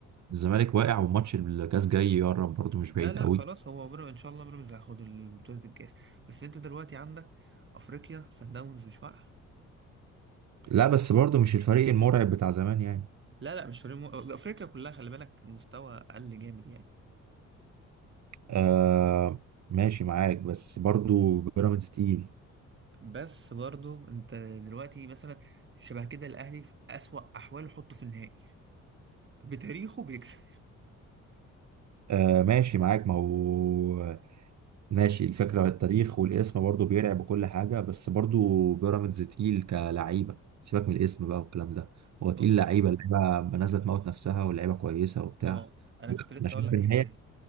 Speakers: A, on the right (about 65°); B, on the right (about 40°).
A: الزمالك واقع وماتش الكاس جاي يقرب برضه مش
B: لا
A: بعيد
B: لا
A: قوي
B: خلاص هو بيراميدز ان شاء الله بيراميدز هياخد بطولة الكاس بس انت دلوقتي عندك افريقيا سان داونز مش واقعة
A: لا بس برضه مش الفريق المرعب بتاع زمان يعني
B: لا لا مش فريق مو... افريقيا كلها خلي بالك مستوى اقل جامد يعني
A: آه ماشي معاك بس برضه بيراميدز تقيل
B: بس برضو انت دلوقتي مثلا شبه كده الاهلي في اسوأ احواله حطه في النهائي بتاريخه بيكسب
A: آه ماشي معاك ما هو ماشي الفكرة التاريخ والاسم برضه بيرعب وكل حاجة بس برضه بيراميدز تقيل كلعيبة سيبك من الاسم بقى والكلام ده هو
B: بص
A: تقيل لعيبة لعيبة نازلة تموت نفسها ولعيبة كويسة وبتاع
B: اه انا
A: لا،
B: كنت لسه
A: انا شايف
B: اقول لك
A: ان
B: الحته
A: هي
B: دي